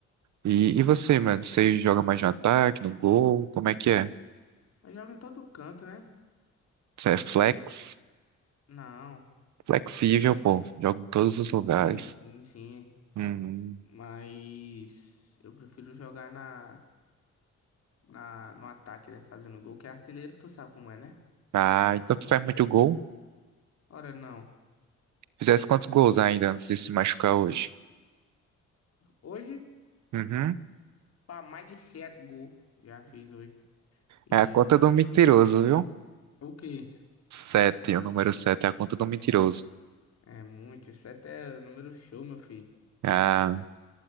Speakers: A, on the right; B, on the left.
A: E, e você, mano? Você joga mais no ataque, no gol? Como é que é?
B: Eu jogo em todo canto, né?
A: Você é flex?
B: Não,
A: Flexível, pô. Joga em todos
B: sim,
A: os lugares.
B: sim, sim.
A: Hum.
B: Mas eu prefiro jogar na, na, no ataque, né? Fazendo gol, que é artilheiro, tu sabe como é, né?
A: Ah, então tu faz muito gol?
B: Ora, não.
A: Fizesse quantos gols ainda antes de se machucar hoje?
B: Hoje.
A: Uhum.
B: Pá, mais de sete gols. Já fiz hoje. E
A: É a conta do mentiroso, viu?
B: o quê
A: Sete, o número sete é a conta do mentiroso.
B: É muito. Sete é número show, meu filho.
A: ah